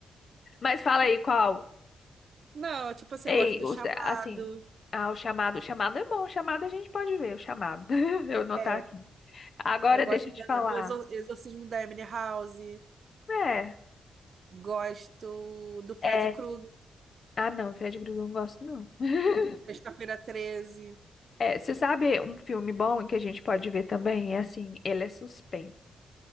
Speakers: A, on the left; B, on the right.
A: Mas fala aí qual?
B: Não, tipo assim,
A: Ei,
B: eu gosto do
A: os-
B: Chamado.
A: assim, ah, o chamado, o chamado é bom, o chamado a gente pode ver, o chamado. <laughs> Eu não
B: É,
A: tá aqui. Agora
B: eu gosto
A: deixa eu
B: da-
A: te falar.
B: do Exor- Exorcismo da Emily House.
A: É,
B: Gosto do Fred
A: é.
B: Krueger,
A: Ah, não, Fred Krueger eu não gosto não. <laughs>
B: Sexta-feira Treze
A: É, você sabe um filme bom que a gente pode ver também? É assim, ele é suspense.